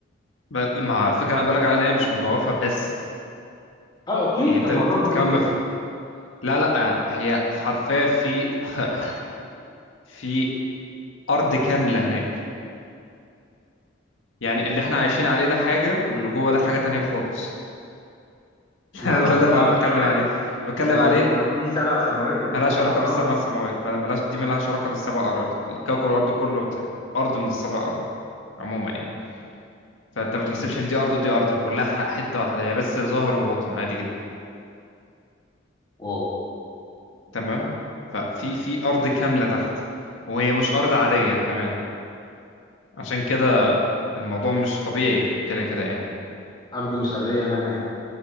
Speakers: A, on the left; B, on the left.
A: ب... ما الفكره انا بقولك عليها ان هي مش مجوفه بس
B: أه أوكي
A: يعني
B: طب
A: انت
B: ما
A: تتكمل
B: ده طبيعي
A: لا لا هي حرفيا في <laughs> في ارض كامله هناك يعني اللي احنا عايشين عليه ده حاجه واللي جوه ده حاجه تانية خالص <laughs>
B: ما لو
A: ده
B: في
A: اللي
B: سبع
A: انا بتكلم
B: سنوات
A: عليه اللي بتكلم
B: لو
A: عليه
B: لو في سبع سماوات يبقى
A: ملهاش
B: في سبع
A: علاقه
B: أراضي
A: بالسبع سماوات مل- ملهاش دي ملهاش علاقه بالسبع اراضي الكوكب الارض كله ت- ارض من السبع اراضي عموما يعني فانت ما
B: مم.
A: تحسبش ان دي ارض ودي ارض هي كلها ح- حته واحده هي بس ظاهر وباطن عادي جدا
B: واو
A: تمام ففي في ارض كامله تحت وهي مش ارض عاديه كمان عشان كده الموضوع مش طبيعي كده كده يعني
B: أرض مش عادية مالها يعني